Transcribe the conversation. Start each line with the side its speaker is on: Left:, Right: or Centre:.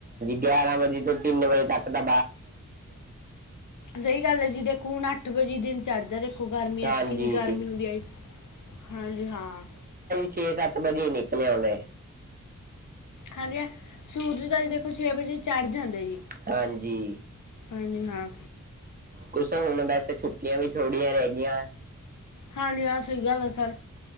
Right: ਗਿਆਰਾਂ ਵਜੇ ਤੋਂ ਤਿੰਨ ਵਜੇ ਤੱਕ ਦਾ-
Left: ਸਹੀ ਗੱਲ ਹੈ। ਜੀ ਦੇਖੋ ਹੁਣ, ਅੱਠ ਵਜੇ ਦਿਨ ਚੜ ਜਾਂਦਾ। ਦੇੋ ਗਰਮੀਆਂ
Right: ਹਾਂਜੀ
Left: ਚ ਕਿੰਨੀ ਗਰਮੀ ਹੁੰਦੀ ਆ ਜੀ। ਹਾਂਜੀ, ਹਾਂ।
Right: ਛੇ, ਸੱਤ ਵਜੇ ਨਿਕਲਿਆਉਂਦਾ।
Left: ਹਾਂਜੀ ਹਾਂ, ਸੂਰਜ ਦਾ ਜੀ ਦੇਖੋ ਵਜੇ ਚੜ ਜਾਂਦੇ ਜੀ।
Right: ਹਾਂਜੀ।
Left: ਹਾਂਜੀ, ਹਾਂ।
Right: ਕੁਛ ਹੁਣ ਵੈਸੇ ਛੁੱਟੀਆਂ ਵੀ ਥੋੜੀਆਂ ਰਹਿ ਗਈਆਂ।
Left: ਹਾਂਜੀ, ਆਹ ਸਹੀ ਗੱਲ ਆ ਸਰ।